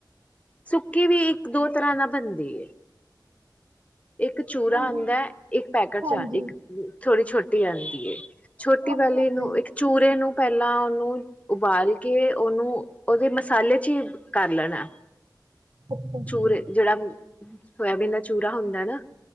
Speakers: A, on the left; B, on the right.
A: ਸੁੱਕੀ ਵੀ ਇੱਕ ਦੋ ਤਰ੍ਹਾਂ ਨਾ ਬਣਦੀ ਇੱਕ ਚੂਰਾ
B: ਹਾਂਜੀ
A: ਆਉਂਦਾ ਇੱਕ ਪੈਕੇਟ
B: ਹਾਂਜੀ
A: ਚ ਇੱਕ ਥੋੜੀ ਛੋਟੀ ਜਾਂਦੀ ਛੋਟੀ
B: ਹਾਂਜੀ
A: ਵਾਲੈਲੀ
B: ਹਾਂਜੀ
A: ਨੂੰ ਇੱਕ ਚੂਰੇ ਨੂੰ ਪਹਿਲਾਂ ਉਹਨੂੰ ਉਬਾਲ ਕੇ ਉਹਨੂੰ ਉਹਦੇ ਮਸਾਲੇ ਚ ਹੀ ਕਰ ਲੈਣਾ
B: ਅੱਛਾ ਅੱਛਾ
A: ਚੂਰ ਜਿਹੜਾ ਸੋਇਬੀਨ ਦਾ ਚੂਰਾ ਹੁੰਦਾ ਨਾ